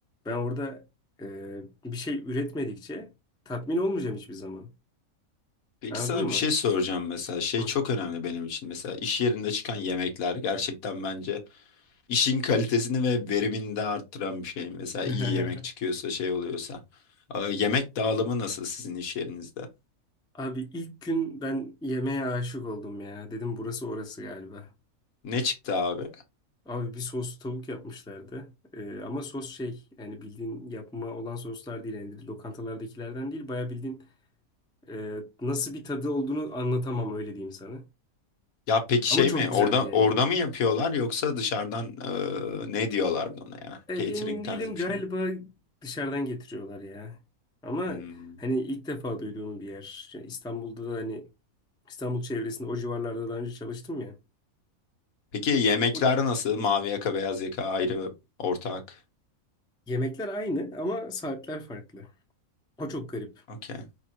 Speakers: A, in the centre; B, on the left (about 75°).
A: ben orada e, bir şey üretmedikçe tatmin olmayacağım hiçbir zaman.
B: Peki
A: Anladın
B: sana
A: mı?
B: bir şey soracağım mesela şey
A: Hı.
B: çok önemli benim için mesela iş yerinde çıkan yemekler gerçekten bence işin kalitesini ve verimini de arttıran bir şey mesela
A: <laughs>
B: iyi yemek çıkıyorsa şey oluyorsa Ee, yemek dağılımı nasıl sizin iş yerinizde
A: Abi ilk gün ben yemeğe aşık oldum ya. Dedim burası orası galiba.
B: ne çıktı abi
A: Abi bir soslu tavuk yapmışlardı. Ee, ama sos şey yani bildiğin yapma olan soslar değil. Yani lokantalardakilerden değil. Baya bildiğin e, nasıl bir tadı olduğunu anlatamam öyle diyeyim sana.
B: ya peki
A: Ama
B: şey
A: çok
B: mi
A: güzeldi
B: orada
A: yani.
B: orada mı yapıyorlar yoksa dışarıdan ee, ne diyorlardı ona ya
A: E,
B: catering
A: emin
B: tarzı
A: değilim galiba
B: bir şey mi
A: dışarıdan getiriyorlar ya. Ama
B: Hmm.
A: hani ilk defa duyduğum bir yer. Ya İstanbul'da da hani İstanbul çevresinde o civarlarda daha önce çalıştım ya.
B: Peki yemekler
A: O
B: nasıl mavi yaka beyaz yaka ayrı ortak
A: yemekler aynı ama saatler farklı. O çok garip.
B: okey